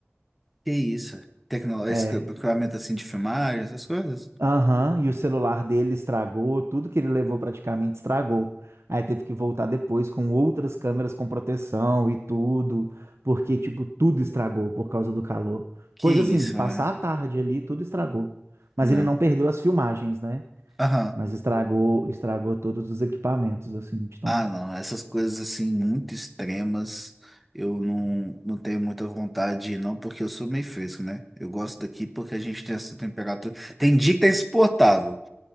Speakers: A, in the centre; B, on the right.
A: Que isso? Tecnológico,
B: É.
A: equipamento assim de filmagem, essas coisas?
B: Aham, e o celular dele estragou, tudo que ele levou praticamente estragou. Aí teve que voltar depois com outras câmeras com proteção e tudo, porque, tipo, tudo estragou por causa do calor.
A: Que
B: Coisa
A: isso,
B: assim, de passar
A: velho?
B: a tarde ali, tudo estragou. Mas
A: Não.
B: ele não perdeu as filmagens, né?
A: Aham.
B: Mas estragou, estragou todos os equipamentos, assim, então.
A: Ah, não, essas coisas assim muito extremas, eu não, não tenho muita vontade, não, porque eu sou meio fresco, né? Eu gosto daqui porque a gente tem essa temperatura. Tem dia que tá insuportável,